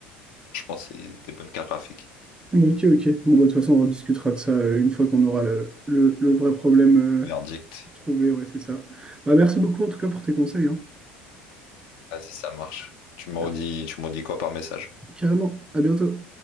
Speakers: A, on the left; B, on the right.
A: je pense que c'est des bonnes cartes graphiques.
B: Bon, ok, ok. Bon, bah, de toute façon, on rediscutera de ça euh, une fois qu'on aura le, le, le vrai problème
A: Verdict.
B: euh, trouvé, ouais, c'est ça. Bah, merci beaucoup en tout cas pour tes conseils, hein.
A: Vas-y, ça marche. Tu me
B: Ah,
A: redis, tu me redis quoi par message?
B: carrément, à bientôt.